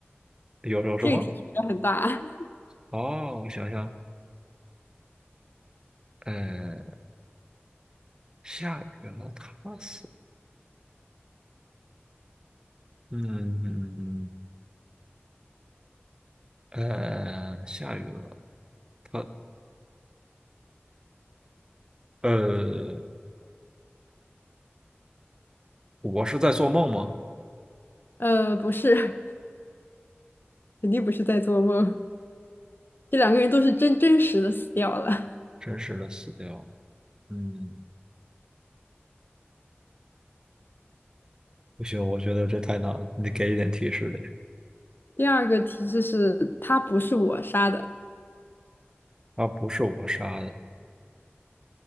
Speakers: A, on the right; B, on the left.
A: 有有什么？
B: 这个提示也很大。<laughs>
A: 哦，我想想，呃，下雨了，他死了嗯，呃，下雨了，他，呃，我是在做梦吗？
B: 呃，不是，肯定不是在做梦。这两个人都是真真实的死掉了。
A: 真实的死掉，嗯，不行，我觉得这太难了，你得给一点提示呗。
B: <laughs> 第二个提示是，他不是我杀的，
A: 他不是我杀的，